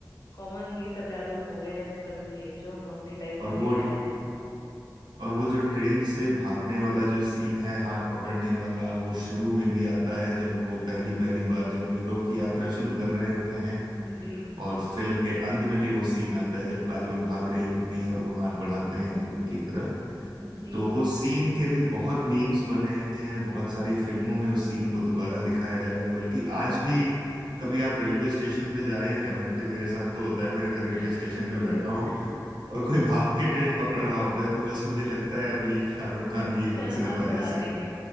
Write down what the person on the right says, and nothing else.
और
वो
और वो जो ट्रेन से भागने वाला जो सीन है हाथ पकड़ने वाला वो शुरू में भी आता है जब वो पहली पहली बार जब यूरोप की यात्रा शुरू कर रहे होते हैं
और फिल्म के अंत में भी वो सीन आता है जब काजोल भाग रही होती हैं और वो हाथ बढ़ाते हैं उनकी तरफ
तो वो सीन के भी बहुत मीम्स बने हैं बहुत सारी फिल्मों में उस सीन को दोबारा दिखाया जा रहा है बल्कि आज भी कभी आप रेलवे स्टेशन पे जाएं मैं तो, मेरे साथ तो होता है मैं अगर रेलवे
स्टेशन पे बैठा हूँ और कोई भाग के ट्रेन पकड़ रहा होता है तो बस मुझे लगता है अभी शाहरुख खान जी
उधर से
दरवाजे
से